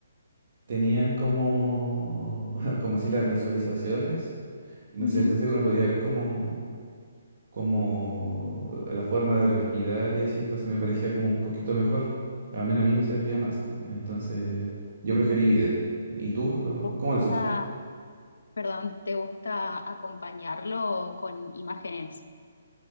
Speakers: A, on the right (about 55°); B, on the left (about 75°).
A: tenían como, <laughs> como así las visualizaciones, y no
B: Ujú.
A: sé, entonces uno podía ver como, como la forma de respirar y así, entonces me parecía como un poquito mejor, al menos a mí me servía más, t- entonces yo preferí video. ¿Y tú lo,
B: ¿Te gusta-
A: cómo lo has hecho?
B: perdón, ¿te gusta acompañarlo con imágenes